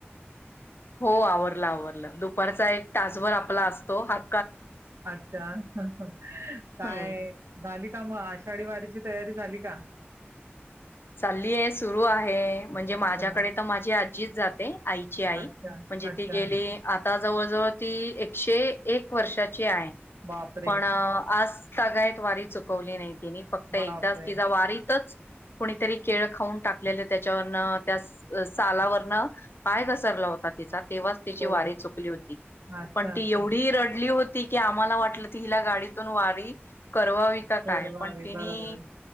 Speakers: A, on the left; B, on the right.
A: हो आवरलं आवरलं दुपारचा एक तासभर. आपला असतो हात
B: अच्छा <unintelligible> काय
A: हम्म
B: झाली का मग आषाढी वारीची तयारी झाली का?
A: चाल्ली आहे सुरू आहे म्हणजे
B: अच्छा
A: माझ्याकडे तर माझी जीद जाते आईची आई
B: अच्छा
A: म्हणजे
B: अच्छा
A: ते गेले आता जवळ जवळ ती एकशे एक वर्षाची
B: बापरे
A: पण आजगायत वारी चुकवली नाही ति फक्त एकदाच
B: बापरे
A: तिचा वारीतच कुणीतरी केळ खाऊन टाकलेले त्याच्यावरन त्या सालावरनं पाय घसरला होता तिचात तेव्हाच त्यािची
B: हो
A: वारी चुकली होती
B: अच्छा
A: पण ती
B: अच्छा
A: एवढी रडली होती की आम्हाला वाटलं, ती हिला गाडीतून वारी करवावी का
B: परवा
A: काय? पण तिनी
B: बरोबर